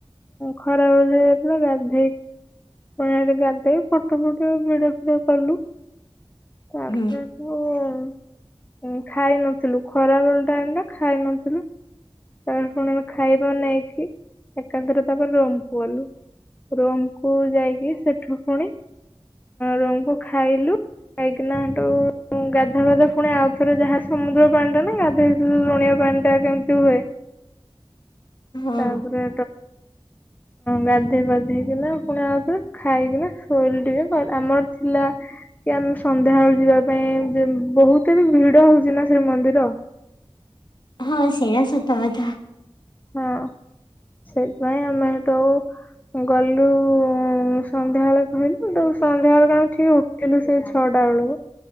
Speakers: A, on the left; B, on the left.
A: ଖରାବେଳ ଯାଇଥିଲୁ ଗାଧେଇ ପୁଣି ହେଠି ଗାଧେଇ ଫଟୋ ଫଟ ଭିଡିଓ ଫିଡିଓ କଲୁ। ତାପରେ
B: ହୁଁ
A: କୁ ଖାଇ ନଥିଲୁ ଖରା ବେଳ ଟାଇମଟା ଖାଇ ନଥିଲୁ ତାପରେ ଫୁଣି ଆମେ ଖାଇବା ନେଇକି ଏକାଥରେ ତାପରେ ରୁମ କୁ ଗଲୁ। ରୁମକୁ ଯାଇକି ସେଠୁ ଫୁଣି ରୁମକୁ ଖାଇଲୁ ଖାଇକିନା ହେଠୁ ଗାଧୁଆ ପାଧୁଆ ଫୁଣି ଆଉଥରେ ଯାହା ସମୁଦ୍ର ପାଣି ଟା ନା ଗାଧୋଇଥିଲୁ ଲୁଣିଆ ପାଣିଟା ଯେମିତି ହୁଏ
B: ହଁ
A: ତାପରେ ଗାଧେଇ ପାଧେଇକିନା ଫୁଣି ଆଉ ଥରେ ଖାଇକିନା ଶୋଇଲୁ ଟିକେ ତାପରେ ଆମର ଥିଲା କି ଆମେ ସନ୍ଧ୍ୟାବେେଳୁ ଯିବା ପାଇଁ ଯେ ବହୁତ ବି ଭିଡ ହଉଛି ନା ଶ୍ରୀମନ୍ଦିର
B: ହଁ ସେଏଟା ସତ କଥା
A: ହଁ ସେଇପାଇଁ ଆମେ ହେଠୁ ଗଲୁ ସନ୍ଧ୍ୟା ବେଳେ କହିଲୁ ତ ସନ୍ଧ୍ୟା ବେଳକୁ ଆମେ ଠିକ ଉଠିଲୁ ସେଇ ଛଅଟା ବେଳକୁ